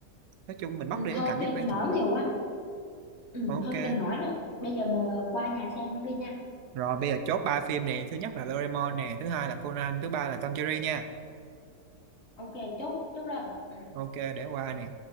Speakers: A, on the right; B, on the left.
A: nói chung mình
B: ừ,
A: mất đi
B: thôi
A: cái cảm
B: ok
A: giác
B: thôi
A: quen
B: nói
A: thuộc
B: nhiều
A: á
B: quá ừ,
A: ok
B: thôi đừng nói nữa bây giờ mà qua nhà xem luôn đi nha
A: rồi bây giờ chốt ba phim nè thứ nhất là Doraemon nè thứ hai là Conan thứ ba là Tom Jerry nha
B: ok chốt chốt đơn ừ.
A: ok để qua nè